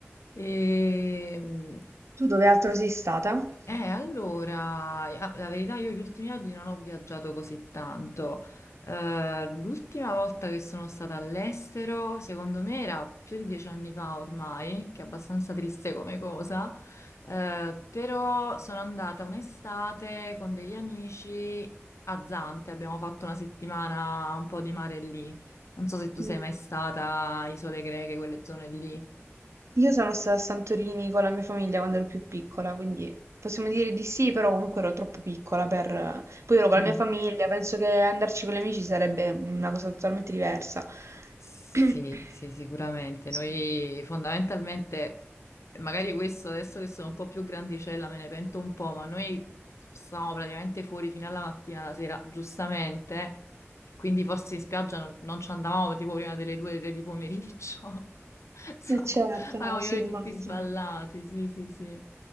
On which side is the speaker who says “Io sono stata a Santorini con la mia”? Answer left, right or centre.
Right